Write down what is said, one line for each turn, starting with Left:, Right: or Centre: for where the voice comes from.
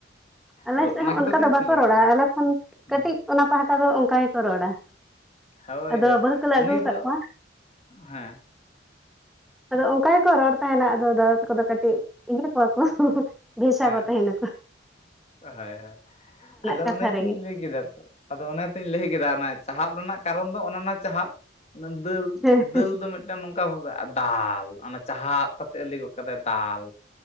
Centre: ᱟᱞᱮ
Left: ᱟᱫᱚ
Centre: ᱥᱮᱫ
Left: ᱚᱱᱟ
Centre: ᱦᱚᱸ
Left: ᱠᱷᱟᱹᱛᱤᱨ
Centre: ᱚᱱᱠᱟ
Left: ᱛᱮᱜᱮ
Centre: ᱫᱚ
Left: ᱪᱮᱧ
Centre: ᱵᱟᱠᱚ
Left: ᱞᱟᱹᱭ
Centre: ᱨᱚᱲᱟ
Left: ᱫᱟ
Centre: ᱟᱞᱮ ᱠᱷᱚᱱ
Left: ᱦᱩᱸ
Centre: ᱠᱟᱹᱴᱤᱡ ᱚᱱᱟ ᱯᱟᱦᱴᱟ ᱫᱚ ᱚᱝᱠᱟ ᱜᱮᱠᱚ ᱨᱚᱲᱟ
Left: ᱦᱳᱭ
Centre: ᱟᱫᱚ
Left: ᱦᱳᱭ
Centre: ᱵᱟᱹᱦᱩ ᱠᱚᱞᱮ ᱟᱹᱜᱩ
Left: ᱩᱱᱤ
Centre: ᱠᱟᱜ
Left: ᱫᱚ
Centre: ᱠᱚᱣᱟ
Left: ᱦᱮᱸ
Centre: ᱟᱫᱚ ᱚᱱᱠᱟ ᱜᱮᱠᱚ ᱨᱚᱲ ᱛᱟᱦᱮᱸᱱᱟ ᱟᱫᱚ ᱫᱟᱫᱟ ᱛᱟᱠᱚ ᱫᱚ ᱠᱟᱹᱴᱤᱡ ᱤᱭᱟᱹ ᱠᱚ ᱵᱷᱮᱥᱟ
Left: ᱦᱮᱸ
Centre: ᱠᱚ ᱛᱟᱦᱮᱸ ᱱᱟᱠᱚ
Left: ᱦᱳᱭ ᱦᱳᱭ ᱟᱫᱚ
Centre: ᱠᱟᱛᱷᱟ
Left: ᱚᱱᱟᱛᱤᱧ
Centre: ᱨᱮᱜᱮ
Left: ᱞᱟᱹᱭ ᱠᱮᱫᱟ ᱛᱚ ᱟᱫᱚ ᱚᱱᱟ ᱛᱚᱧ ᱞᱟᱹᱭ ᱠᱮᱫᱟ ᱚᱱᱟ ᱪᱟᱦᱟᱵ ᱨᱮᱱᱟᱜ ᱠᱟᱨᱚᱱ ᱫᱚ ᱚᱱᱮ ᱚᱱᱟ ᱪᱟᱦᱟᱵ ᱚᱱᱟ ᱫᱟᱹᱞ
Centre: ᱦᱮᱸ
Left: ᱫᱟᱹᱞ ᱫᱚ ᱢᱤᱫ ᱢᱤᱫᱴᱮᱱ ᱱᱚᱝᱠᱟ ᱵᱷᱟᱵ ᱫᱟᱞᱻ ᱚᱱᱟ ᱪᱟᱦᱟᱵ ᱠᱟᱛᱮ ᱞᱟᱹᱭ ᱜᱚᱫ ᱠᱟᱫᱟᱭ ᱫᱟᱞ